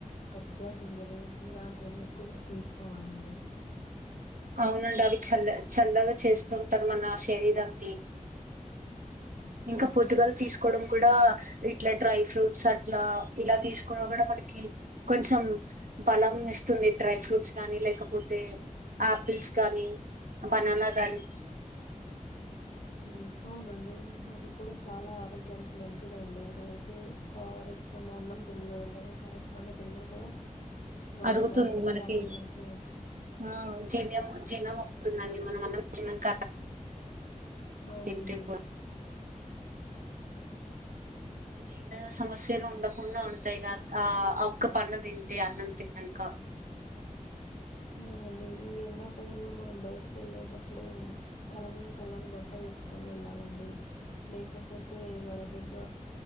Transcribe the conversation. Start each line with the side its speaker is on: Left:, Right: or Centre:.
Left: సబ్జా గింజలు ఇలాంటివన్నీ ఎక్కువగా తీసుకోవాలండి
Right: అవునండి అవి చల్ల చల్లగా చేస్తూంటాది మన శరీరాన్ని ఇంకా పొద్దుగాల తీసుకోవడం కూడా ఇట్లా డ్రై ఫ్రూట్స్ అట్లా ఇలా తీసుకున్నా కూడా మనకి కొంచెం బలంని ఇస్తుంది డ్రై ఫ్రూట్స్ గాని లేకపోతే ఆపిల్స్ గాని బనానా కాని
Left: ఉ అవునండి అవి కూడా చాలా ఆరోగ్యానికి మంచిదండి రోజూ ఒక అరటి పండు అన్నం తిన్నా వెంటనే ఒక అరటి పండు తిన్నా కూడా మన
Right: అరుగుతుంది
Left: బాడీకి
Right: మనకి
Left: చాలా మంచిదండి
Right: ఆ జిర్ జీర్ణం అవుతుందండి మనము అన్నం తిన్నాక
Left: అవునండి
Right: తింటే కూడా జీర్ణ సమస్యలు ఉండకుండా ఉంటాయిగాద ఆ ఒక్క పండు తింటే అన్నం తిన్నాక
Left: అవునండి ఈ ఎండాకాలంలో మనం బయటికి వెళ్ళేటప్పుడు తల మీద చల్లని బట్ట వేసుకొని వెళ్ళాలండి లేకపోతే ఏ వడ దే దెబ్బ